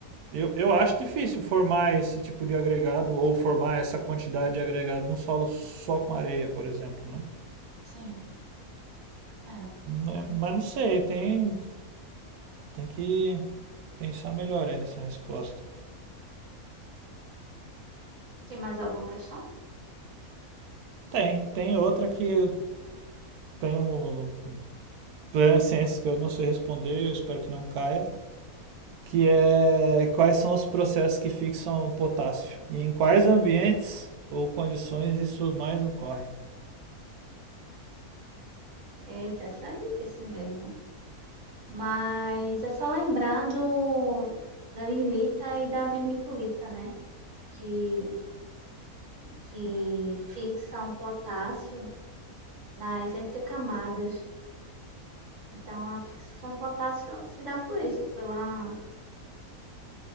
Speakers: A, on the right (about 90°); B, on the right (about 55°).
A: Eu, eu acho difícil formar esse tipo de agregado ou formar essa quantidade de agregado num solo só com areia, por exemplo, né?
B: sim. É, é.
A: é- Mas não sei, tem, tem que pensar melhor aí nessa resposta.
B: Tem mais alguma questão?
A: Tem, tem outra que eu tenho plena ciência que eu não sei responder, eu espero que não caia, que é quais são os processos que fixam o potássio e em quais ambientes ou condições isso mais ocorre.
B: Eita, essa é difícil mesmo. Mas é só lembrar do, da virlita e da vermiculita, né? Que, que fixam potássio nas entrecamadas. Então, a fixação do potássio se dá por isso, pela,